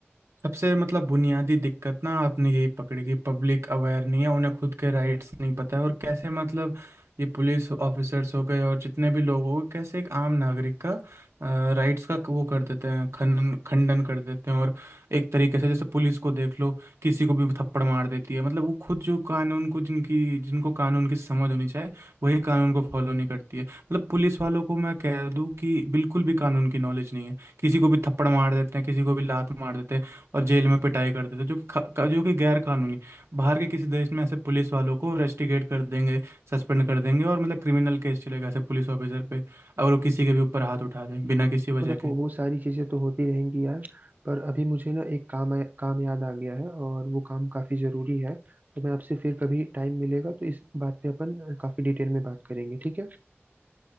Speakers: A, on the right; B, on the right.
A: सबसे मतलब बुनियादी दिक्कत ना आपने यही पकड़ी कि पब्लिक अवेयर नहीं है उन्हें खुद के राइट्स नहीं पता है और कैसे मतलब ये पुलिस ऑफिसर्स हो गए और जितने भी लोग हो गए कैसे एक आम नागरिक का राइट्स का वो कर देते हैं खंडन खंडन कर देते हैं और एक तरीके से जैसे पुलिस को देख लो किसी को भी थप्पड़ मार देती है मतलब वो खुद जो कानून को जिनकी जिनको कानून की समझ होनी चाहिए वही कानून को फॉलो नहीं करती है मतलब पुलिस वालों को मैं कह दूं कि बिल्कुल भी कानून की नॉलेज नहीं है किसी को भी थप्पड़ मार देते हैं किसी को भी लात मार देते हैं और जेल में पिटाई कर देते जो कि ख- क- जो कि गैर कानूनी बाहर के किसी देश में ऐसे पुलिस वालों को रेस्टिकेट कर देंगे सस्पेंड कर देंगे और मतलब क्रिमिनल केस चलेगा ऐसे पुलिस ऑफिसर पे अगर वो किसी के भी ऊपर हाथ उठा दें बिना किसी वजह
B: वो देखो
A: के
B: वो सारी चीजें तो होती रहेंगी यार पर अभी मुझे ना एक काम आया- काम याद आ गया है और वो काम काफी जरूरी है तो मैं आपसे फिर कभी टाइम मिलेगा तो इस बात पे अपन काफी डिटेल में बात करेंगे ठीक है